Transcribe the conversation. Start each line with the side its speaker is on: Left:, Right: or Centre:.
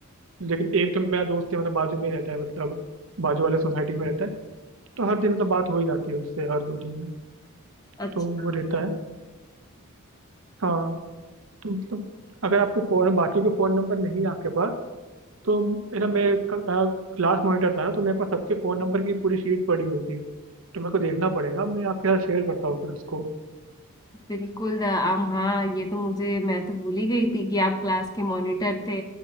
Right: लेकिन एक तो मेरा दोस्त है मतलब बाजू में ही रहता है मतलब बाजू वाले सोसाइटी में रहता है तो हर दिन मतलब बात हो ही जाती है उससे हर दो दिन में
Left: अच्छा
Right: तो वो रहता है हाँ तो मतलब अगर आपको फोन बाकी के फोन नंबर नहीं है आपके पास तो मेरा मैं क्लास मॉनिटर था ना तो मेरे पास सबके फोन नंबर की पूरी शीट पड़ी हुई थी तो मेरे को देखना पड़ेगा मैं आपके साथ शेयर करता हूँ फिर उसको
Left: बिल्कुल आम हाँ ये तो मुझे मैं तो भूल ही गई थी कि आप क्लास के मॉनिटर थे